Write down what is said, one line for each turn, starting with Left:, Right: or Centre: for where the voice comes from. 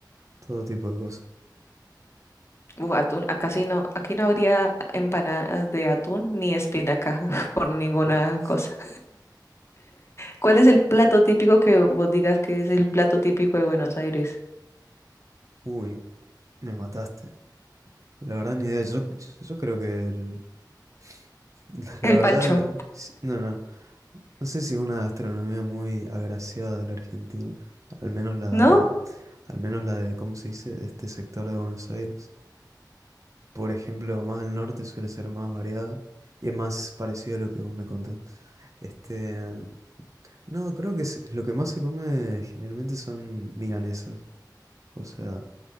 Right: todo tipo de cosas.
Left: Uf, atún, acá sí no, aquí no habría empanadas de atún ni espinaca <laughs> por ninguna
Right: Ah,
Left: cosa. ¿Cuál es el plato típico que vos digas que es el plato típico de Buenos Aires?
Right: uy, me mataste. La verdad ni idea. Yo, yo creo que el- <laughs> la
Left: El
Right: verdad,
Left: pancho,
Right: el- s- no, no. No sé si es una gastronomía muy agraciada de la Argentina. Al menos la
Left: ¿no?
Right: de, al menos la de, ¿cómo se dice? este sector de Buenos Aires. Por ejemplo, más al norte suele ser más variada y es más parecido a lo que vos me contás. Este, No, creo que es- lo que más se come generalmente son milanesas. O sea,